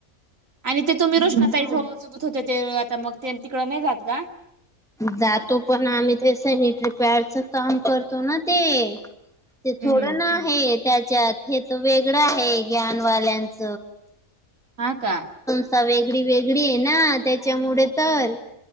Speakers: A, on the right (about 80°); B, in the centre.
A: आणि ते तुम्ही रोष्णाताईथ सोबत होते ते, आता मग ते तिकडडे नाही जात का.
B: जातो पण आम्ही ते सॅनिटरी पॅडच काम करतो ना ते, ते
A: हम्म
B: थोडं ना आहे त्याच्यात हे तर वेगळं आहे, ज्ञानवाल्यांच
A: हा का
B: वेगळी वेगळी आहे ना, त्याच्यामुळे तर